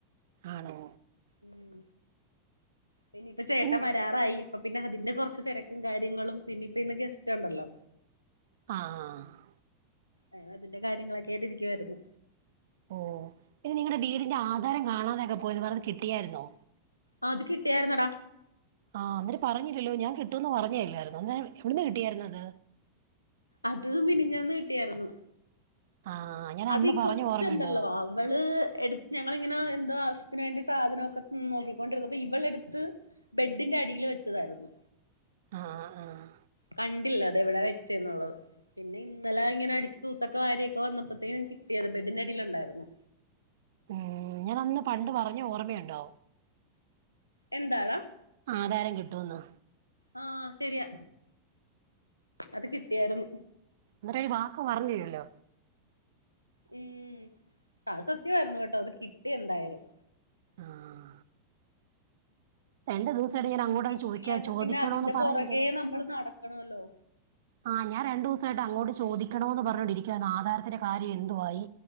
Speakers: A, on the right; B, on the left.
A: ആണോ
B: ഉം പിന്നെ ഇപ്പചേട്ടൻ
A: പിൻ
B: വരാറായി അപ്പൊ പിന്നെ അതിന്റെ കൊറച്ച് തെരക്കും കാര്യങ്ങളും പിന്നെ ഇപ്പ ഇന്ന് ഗസ്റ്റ്ണ്ടല്ലോ
A: ആ ആ ആ
B: അ അതിന്റെ കാര്യങ്ങളൊക്കെയിട്ട് ഇരിക്കുവായിരുന്നു.
A: ഓ പിന്നെ നിങ്ങടെ വീടിന്റെ ആധാരം കാണാതൊക്കെ പോയത് പറഞ്ഞത് കിട്ടിയായിരുന്നോ?
B: ആ അത് കിട്ടിയായിരുന്നടാ
A: ആഹ് ന്നിട്ട് പറഞ്ഞില്ലല്ലോ ഞാൻ കിട്ടുന്ന് പറഞ്ഞേല്ലായിരുന്നു അന്നേരം എവിടന്ന് കിട്ടിയായിരുന്നത്
B: അത് മിനിഞ്ഞാന്ന് കിട്ടിയായിരുന്നു.
A: ആഹ് ഞാൻ
B: അത്
A: അന്ന്
B: ഈ
A: പറഞ്ഞ്
B: കൊച്ചുണ്ടല്ലോ
A: ഓർമ്മയുണ്ടോ?
B: അവള് എടുത്ത് ഞങ്ങളിങ്ങനെ എന്തോ ആവശ്യത്തിന് വേണ്ടി സാധനക്കെ നോക്കി. പോണ്ടുന്നത് അപ്പൊ ഇവളടുത്ത് ബെഡിന്റെ അടില് വെച്ചതായിരുന്നു.
A: ആഹ് ആഹ്
B: കണ്ടില്ല അതെവിടാ വെച്ചന്നുള്ളത് പിന്നെ ഇന്നലെ ഇങ്ങനെ അടിച് കൊ ഇതക്കൊ വാര്യൊക്ക വന്നപ്പത്തേും നിക്ക് കിട്ടിയത് ബെഡിന്റെ അടിയിലുണ്ടായിരുന്നു
A: ഉം ഞാൻ അന്ന് പണ്ട് പറഞ്ഞ ഓർമ്മയുണ്ടോ?
B: എന്താടാ
A: ആധാരം കിട്ടൂന്ന്
B: ആഹ് ശരിയാ അത് കിട്ടിയായിരുന്നു.
A: എന്നിട്ട് ഒരു വാക്ക് പറഞ്ഞുല്ലല്ലോ
B: ഉം ആഹ് സത്യവായിരുന്നു കേട്ടോ അത് കിട്ടി എന്തായാലും.
A: ആഹ് രണ്ടു ദിവസായിട്ട് ഞാൻ അങ്ങോട്ടത്
B: അത് കിട്ടിയില്ലായിരുന്ന
A: ചോയിക്ക ചോദിക്കണോന്ന്
B: പിന്നെ അതിന്റെ
A: പറയേട്ട്
B: പുറകെ നമ്മൾ നടക്കണമല്ലോ
A: ആഹ് ഞാൻ രണ്ടുസായിട്ട് അങ്ങോട്ട് ചോദിക്കണോന്ന് പറഞ്ഞോണ്ടിരിക്കുകയരുന്നു ആധാരത്തിന്റെറെ കാര്യം എന്തുവായി?